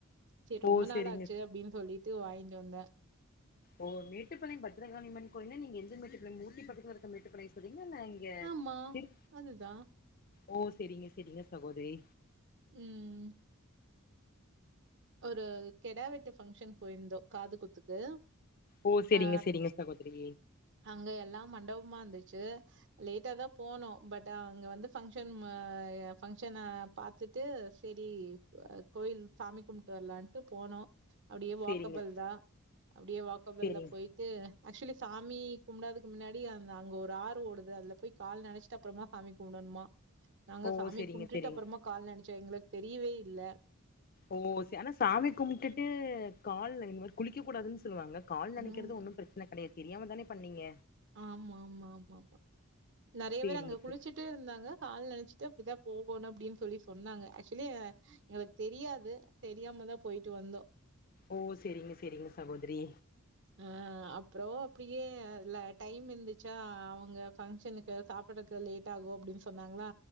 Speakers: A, on the right; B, on the left.
A: சேரி ரொம்ப
B: ஓ செரிங்க
A: நாளாச்சு அப்டின்னு சொல்லிட்டு வாய்ன்டு வந்தே
B: ஓ மேட்டுப்பாளையம் பத்ரகாளியம்மன் கோவில நீங்க எந்த மேட்டு ஊட்டி பக்கத்துல இருக்குற மேட்டுப்பாளைய சொல்றீங்களா இல்ல இங்க
A: ஆமா
B: சிரி
A: அதுதா
B: ஓ சரிங்க சரிங்க சகோதரி
A: ம் ஒரு கெடா வெட்டு ஃபங்க்ஷன் போயிருந்தோ காது குத்துக்கு
B: ஓ செரிங்க
A: ஆ
B: செரிங்க சகோதரி
A: அங்க எல்லா மண்டபமா இருந்துச்சு லேட்டா தா போனோ பட் அங்க வந்து ஃபங்க்ஷன் மா ஃபங்க்ஷன பாத்துட்டு செரி அ கோயில் சாமி கும் டு வர்லான்ட்டு போனோ அப்டியே வாக்கபல்
B: செரிங்க
A: தா அப்டியே வாக்கபல்ல
B: செரிங்க
A: போயி ட்டு ஆக்சுவலி சாமி கும்புடாதுக்கு முன்னாடி அந்த அங்க ஒரு ஆறு ஓடுது அதுல போய் கால் நெனச்சிட்டு அப்புறமா சாமி கும்புடணுமா நாங்க
B: ஓ
A: சாமி
B: செரிங்க
A: கும்டுட்டு
B: செரிங்க
A: அப்புறமா கால் நெனச்சோ எங்களுக்கு தெரியவே இல்ல
B: ஓ செ ஆனா சாமி கும்ட்டுட்டு கால் இந்த மாரி குளிக்க கூடாதுன்னு சொல்லுவாங்க கால் நெனைக்கிறது
A: ம்.
B: ஒன்னு பிரச்சன கெடையா தெரியாம தானே பண்ணீங்க
A: ஆமா ஆமா ஆமா ஆ நெறைய
B: சேரிங்க
A: பேர் அங்க குளிச்சு
B: சே
A: ட்டு இருந்தாங்க கால் நெனச்சிட்டு அப்டிதா போகணு அப்டின்னு சொல்லி சொன்னாங்க ஆக்சுவலி எங்களுக்கு தெரியாது தெரியாமதா போயிட்டு வந்தோ
B: ஓ செரிங்க செரிங்க சகோதரி
A: ஆ அப்புறோ அப்டியே லா டைம் இருந்துச்சா அவங்க ஃபங்க்ஷனுக்கு சாப்புடுறக்கு லேட் ஆகு அப்டின்னு சொன்னாங்களா